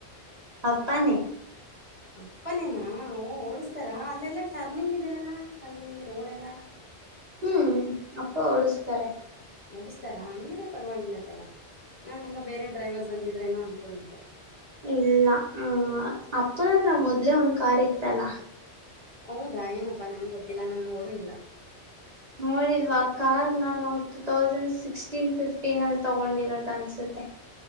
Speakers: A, on the right (about 40°); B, on the left (about 35°).
A: ಅಪ್ಪಾನೆ
B: ಅಪ್ಪನೇನಾ ಓಡಸ್ತಾರ ಅಲ್ಲೆಲ್ಲಾ ಟರ್ನಿಂಗ್ ಇದೆ ಅಲ್ಲಾ ಅಲ್ಲಿ ರೋಡೆ ಎಲ್ಲಾ
A: ಹ್ಮ್ ಅಪ್ಪ ಓಡಸ್ತಾರೆ
B: ನಡ್ಸ್್ತಾರಾ ಹಂಗೆರ ಪರವಾಗಿಲ್ಲ ತಗ ನಾನೆಲ್ಲ ಬೇರೆ ಡ್ರೈವರ್ ಬಂದಿದ್ದ್ರೇನೋ ಅಂದ್ಕೊಂಡಿದ್ದೆ.
A: ಇಲ್ಲ ಹ್ಮ ಅಪ್ಪನತ್ರ ಮೊದ್ಲೆೇ ಒಂದ್ ಕಾರ್ ಇತ್ತಲ್ಲ
B: ಹೌದಾ ಏನಪ್ಪಾ ನಂಗೆ ಗೊತ್ತಿಲ್ಲ ನಾನ ನೋಡು ಇಲ್ಲ.
A: ನೋಡಿಲ ಆ ಕಾರ್ ನಾವ ಟೂ ತೌಸಂಡ್ ಸಿಕ್ಸ್ಟೀನ್ ಫಿಫ್ಟೀನ್ ಅಲ್ಲಿ ತಗೊಂಡಿರೋದ ಅನ್ಸುತ್ತೆ